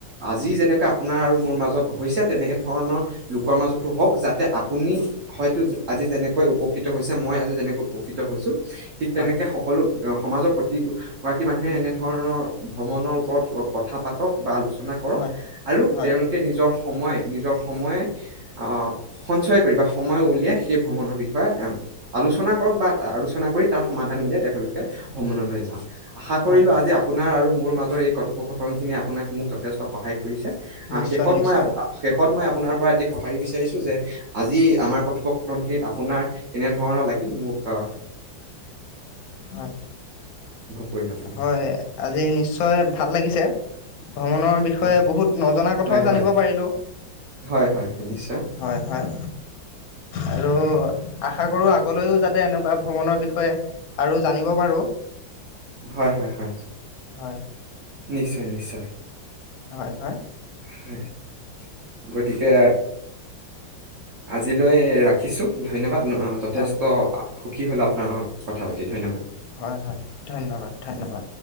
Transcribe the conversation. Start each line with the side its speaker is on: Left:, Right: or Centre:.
Right: আজি যেনেকৈ আপোনাৰ আৰু মোৰ মাজত হৈছে তেনে ধৰণৰ লোকৰ মাজতো হওঁক যাতে আপুনি হয়তো আজি যেনেকৈ উপকৃত হৈছে। মই আজি যেনেকৈ উপকৃত হৈছো ঠিক
Left: হয়
Right: তেনেকে সকলো সমাজৰ প্ৰতিগৰাকী মানুহে এনেধৰণৰ ভ্ৰমণৰ ওপৰত কথা পাতক বা আলোচনা কৰক
Left: হয়
Right: আৰু
Left: হয়
Right: তেওঁলোকে নিজৰ সময় নিজৰ সময়, আহ সঞ্চয় কৰিবা সময় উলিয়াই সেই ভ্ৰমণৰ বিষয়ে আহ আলোচনা কৰক বা আলোচনা কৰি তাৰ সমাধান উলিয়াই তেওঁখলোকে ভ্ৰমণলৈ যাওক। আশা কৰিলো
Left: হয়
Right: আজি আপোনাৰ আৰু মোৰ মাজৰ এই কথোপথনখিনি আপোনাক মোক যথেষ্ট সহায় কৰিছে আহ
Left: নিশ্চয়
Right: শেষত
Left: নিশ্চয়
Right: মই শে মই আপোনাৰ পৰা এটি সঁহাৰি বিচাৰিছোঁ যে আজি আমাৰ কথোপকথনখিনিত আপোনাৰ কেনে কেনে ধৰণৰ লাগিল মোক অ
Left: হয়
Right: কৰিলে আপুনি?
Left: হয় আজি নিশ্চয় ভাল লাগিছে, ভ্ৰমণ ভ্ৰমন বিষয়ে
Right: হয়
Left: বহুত নজনা কথাও
Right: হয় হয়
Left: জানিব পাৰিলো।
Right: হয় হয় নিশ্চয়।
Left: হয় হয় আৰু আশা কৰোঁ আগলৈও যাতে এনেকুৱা ভ্ৰমণৰ বিষয়ে আৰু জানিব পাৰোঁ।
Right: হয় হয় হয়।
Left: হয়।
Right: নিশ্চয় নিশ্চয়।
Left: হয় হয়।
Right: হয় গতিকে আজিলৈ ৰাখিছোঁ ধন্যবাদ। অ অ যথেষ্ট
Left: হয়
Right: কি হ'ল আপোনাৰ লগৰ কথা পাতি ধন্যবাদ।
Left: হয় হয় ধন্যবাদ ধন্যবাদ